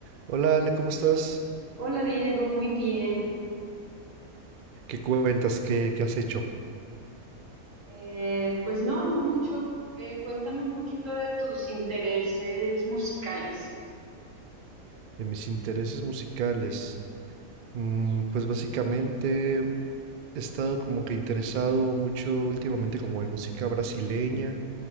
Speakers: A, on the right; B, on the right.
A: Hola Ale, ¿cómo estás?
B: Hola Diego, muy bien.
A: ¿Qué cuentas? ¿Qué, qué has hecho?
B: Eh, pues no, no mucho. Eh, cuéntame un poquito de tus intereses musicales.
A: De mis intereses musicales. mm, pues básicamente he estado como que interesado mucho últimamente como en música brasileña.